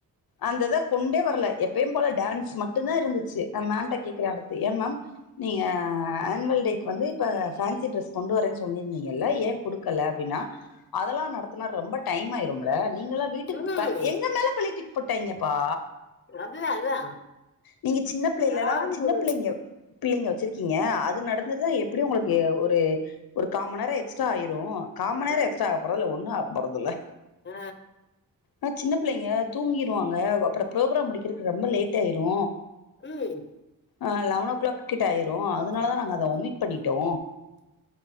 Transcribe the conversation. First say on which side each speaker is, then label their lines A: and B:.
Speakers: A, on the left (about 80°); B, on the left (about 30°).
A: அந்த இத கொண்டே வரல எப்பயு போல டான்ஸ் ம மட்டுந்தா இருந்துச்சு நா மேம்ட்ட கேக்குறே அடுத்து ஏ மேம் நீங்க ஆன்வல் டேக் கு வந்து இப்ப ஃபேன்சி ட்ரெஸ் கொண்டு வரேன்னு சொல்லிர்ந்தீங்கல்ல ஏ குடுக்கல அப்டின்னா அதெல்லா நடத்துனா ரொம்ப டைம் ஆயிரும்ல நீங்கல்லா வீட்டுக்கு
B: ம்
A: ப
B: ம்
A: எங்க மேல பலிய தூக்கி போட்டாங்கெப்பா
B: அதுதா அதா
A: நீங்க சின்ன பிள்ளைலதா
B: ஏதாவது
A: சின்ன
B: ஒரு
A: பிள்ளைங்க பிள்ளெங்க வச்சுருக்கீங்க அது நடந்தது எப்டி ஒங்களுக்கு ஒரு ஒரு காம்மண் நேரொ எக்ஸ்ட்ரா ஆயிரு காம்மண் நேரொண
B: அ
A: எக்ஸ்ட்ரா ஆகப்போறதுல ஒன்னு ஆகப்போறதுல்ல
B: அ
A: ஆ சின்ன பிள்ளைங்க தூங்கிருவாங்க அப்பறொ ப்ரோக்ராம் முடிக்கிறக்கு ரொம்ப லேட் ஆயிரு
B: ம்
A: அ லெவன் ஓ கிளாக் கிட்ட ஆயிரு அதுனாலதா நாங்க அத ஒமிட் பண்ணிட்டோ